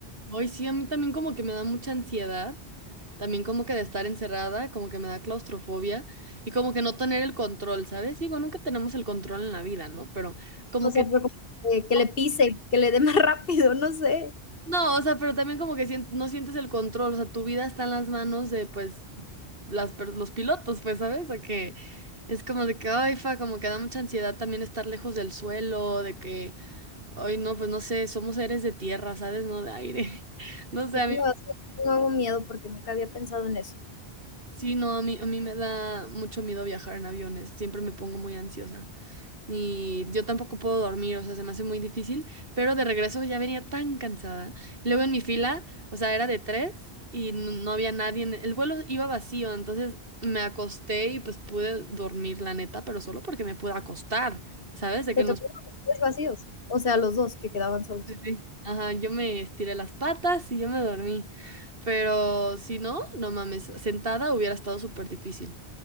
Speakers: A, on the right; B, on the left.
A: Hoy sí, a mí también como que me da mucha ansiedad, también como que de estar encerrada, como que me da claustrofobia y como que no tener el control, ¿sabes? Digo, nunca tenemos el control en la vida, ¿no? Pero como
B: O sea,
A: que...
B: pero como que, que
A: No,
B: le pise, que le dé más <laughs> rápido, no sé.
A: no, o sea, pero también como que sien- no sientes el control, o sea, tu vida está en las manos de, pues, las, per- los pilotos, pues, ¿sabes? O que... Es como de que, ay, fa, como que da mucha ansiedad también estar lejos del suelo, de que Ay, no, pues no sé, somos seres de tierra, ¿sabes? No de aire. <laughs> No
B: Creo
A: sé, a
B: que
A: mí
B: me va a ser un nuevo miedo porque nunca había pensado en eso.
A: sí, no, a mí, a mí me da mucho miedo viajar en aviones, siempre me pongo muy ansiosa. Y yo tampoco puedo dormir, o sea, se me hace muy difícil, pero de regreso ya venía tan cansada. Y luego en mi fila, o sea, era de tres y no, no había nadie, en- el vuelo iba vacío, entonces me acosté y pues pude dormir, la neta, pero solo porque me pude acostar, ¿sabes? De que
B: ¿Te
A: no
B: tocaron los 3 vacíos? O sea, los 2 que quedaban solos.
A: Sí, sí. Ajá, yo me estiré las patas y yo me dormí. Pero si no, no mames, sentada hubiera estado súper difícil.